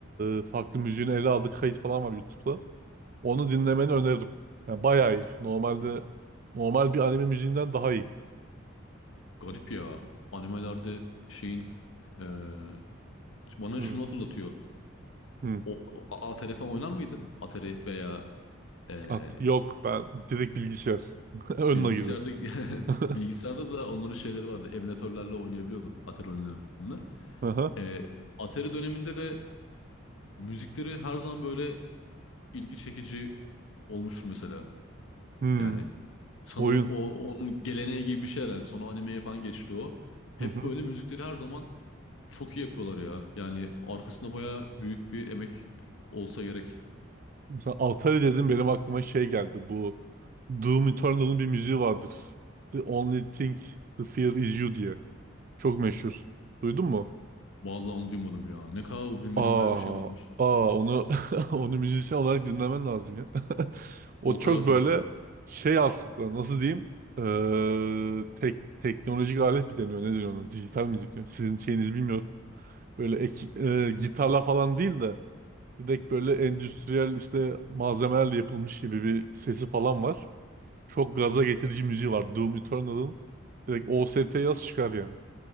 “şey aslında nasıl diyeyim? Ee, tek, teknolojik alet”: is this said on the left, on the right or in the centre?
Right